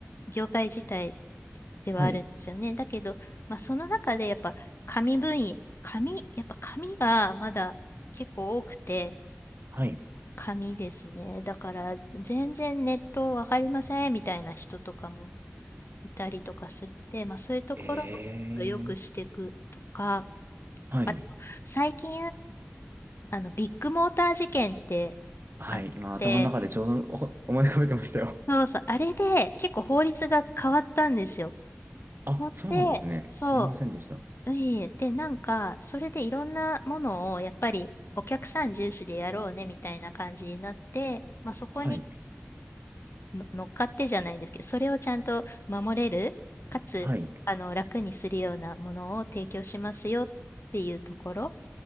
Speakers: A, on the left; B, on the right.
A: 業界自体ではあるんですよね。
B: はい、
A: だけど、まあ、その中でやっぱ紙分野、紙、やっぱ紙がまだ結構多くて、
B: はい。
A: 紙ですね。だから、全然ネットわかりませんみたいな人とかもいたりとかするんで、まあ、そういうところをもっと良くしていくとか、
B: ええはい、
A: あと、最近、あの、ビッグモーター事件って
B: はい。
A: あって、
B: 今頭の中でちょうどお思い浮かべてましたよ。
A: そうそう、あれで結構法律が変わったんですよ。
B: <laughs> あ、
A: ほんで、
B: そうなんですね。
A: そ
B: 知りませんでした。
A: う、いえいえで、なんか、それでいろんなものをやっぱりお客さん重視でやろうねみたいな感じになって、まあ、そこに
B: はい、
A: の乗っかってじゃないんですけど、それをちゃんと守れる、かつ、
B: はい、
A: あの、楽にするようなものを提供しますよっていうところ